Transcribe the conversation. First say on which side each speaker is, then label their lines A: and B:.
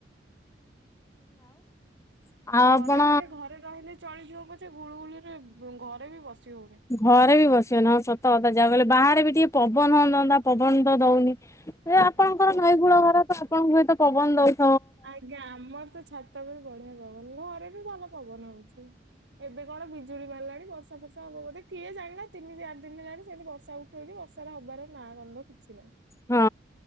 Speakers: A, on the left; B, on the right.
A: ଆଉ?
B: ଖରା
A: ଆପଣ
B: ହେଲେ, ଘରେ ରହିଲେ ଚଳିଯିବ ପଛେ, ଗୁଳୁଗୁଳି ରେ ଘରେ ବି ବସି ହଉନି।
A: ଘରେ ବି ବସିହଉନି, ହଁ ସତ କଥା ଯାହା କହିଲେ, ବାହାରେ ବି ଟିକେ ପବନ ହୁଅନ୍ତା ପବନ ତ ଦଉନି ଏ ଆପଣଙ୍କର
B: ଆଜ୍ଞା।
A: ନଈକୂଳ ଘର ତ ଆପଣଙ୍କୁ ହୁଏତ ପବନ ଦଉଛି।
B: ଆଜ୍ଞା ଆମର ତ ଛାତ ପ ବଢିଆ ପବନ, ଘରେ ବି ଭଲ ପବନ ହଉଛି। ଏବେ କଣ ବିଜୁଳିମାରିଲାଣି, ବର୍ଷା ଫର୍ଷା ହବ ବୋଧେ? କିଏ ଜାଣିଲା ତିନି ଚାରି ଦିନ ହେଲାଣି ସେମିତି ବର୍ଷା ଉଠି ଉଛି ବର୍ଷା ଟ ହବାର ନା ଗନ୍ଧ କିଛି ନାହିଁ।
A: ହଁ।